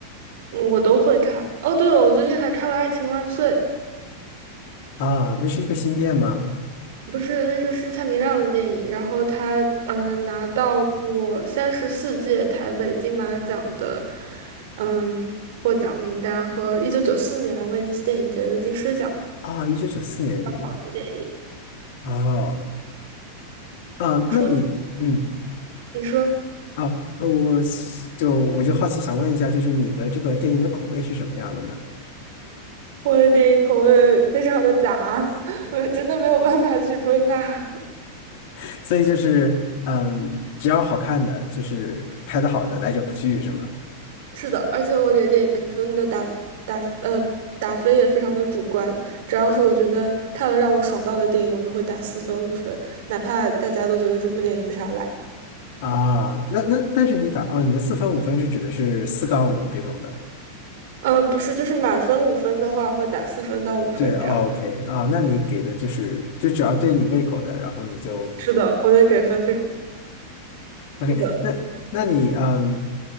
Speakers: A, on the right (about 55°); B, on the left (about 50°).
A: 嗯我都会看。哦，对了，我最近还看了《爱情万岁》。
B: 啊？那是一个新片吗？
A: 不是，那个是蔡明亮的电影，然后他呃拿到过三十四届台北金马奖的嗯获奖名单和一九九四年威尼斯电影节的金狮奖。
B: 啊，一九九四年的电影
A: 好的电影
B: 啊啊，那你。
A: 出，
B: 嗯。
A: 你说
B: 啊，那我是就我就好奇想问一下，就是你的这个电影的口味是什么样的呢？
A: 我的电影口味非常的杂，<laughs> 我真的没有办法去归纳。
B: <laughs> 所以就是，嗯，只要好看的，就是拍的好的，来者不拒，是吗？
A: 是的，而且我给电影评分的打打呃打分也非常的主观，只要是我觉得看了让我爽到的电影，我就会打四分五分，哪怕大家都觉得这部电影非常烂。
B: 啊，那那但是你打哦，你的四分五分是指的是四杠五这种的，
A: 呃，不是，就是满分五分的话，会打四分到五分这样。
B: 对 o k 啊，那你给的就是就只要对你胃口的，然后你就
A: 是的，我的给分非常
B: OK。
A: 是的，
B: 那那你嗯